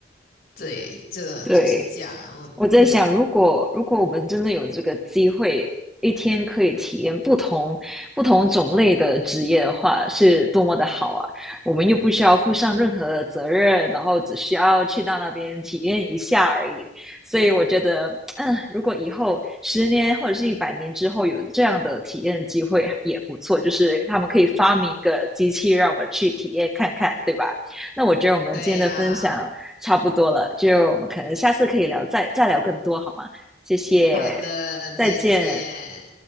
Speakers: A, on the left (about 55°); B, in the centre.
A: 对，这的就是这样。
B: 对，
A: 我嗯，
B: 我在想，如果如果我们真的有这个机会，一天可以体验不同不同种类的职业的话，是多么的好啊！我们又不需要负上任何的责任，然后只需要去到那边体验一下而已。所以我觉得，嗯，如果以后十年或者是一百年之后有这样的体验机会也不错，就是他们可以发明一个机器让我们去体验看看，对吧？那我觉得我们今天的分享。
A: 对呀、
B: 差不多了，就我们可能下次可以聊，再再聊更多好吗？谢谢，
A: 好的，再见。
B: 再见。